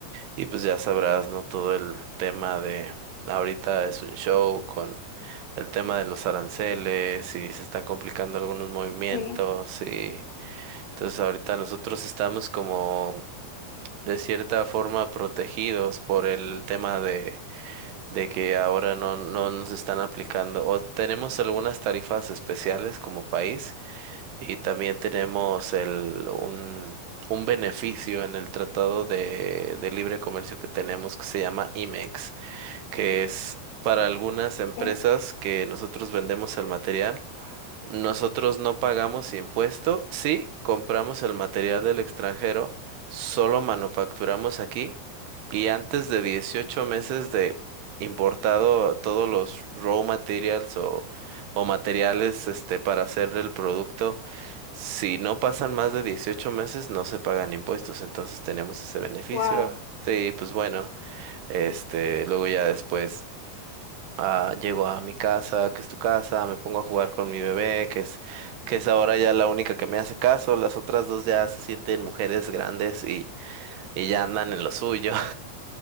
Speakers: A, on the right (about 75°); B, on the left (about 60°).
A: y pues ya sabrás, ¿no? Todo el tema de ahorita es un show con el tema de los aranceles y se están complicando algunos movimientos
B: sí,
A: y entonces ahorita nosotros estamos como de cierta forma protegidos por el tema de, de que ahora no, no nos están aplicando o tenemos algunas tarifas especiales como país y también tenemos el, un, un beneficio en el tratado de, de libre comercio que tenemos que se llama IMEX que es para algunas empresas
B: ok,
A: que nosotros vendemos el material. Nosotros no pagamos impuesto, sí compramos el material del extranjero, solo manufacturamos aquí y antes de 18 meses de importado todos los raw materials o, o materiales este, para hacer el producto, si no pasan más de 18 meses no se pagan impuestos, entonces tenemos ese beneficio.
B: wow.
A: Sí, pues bueno. Este, luego ya después ah, llego a mi casa, que es tu casa, me pongo a jugar con mi bebé, que es, que es ahora ya la única que me hace caso. Las otras dos ya se sienten mujeres grandes y, y ya andan en lo suyo.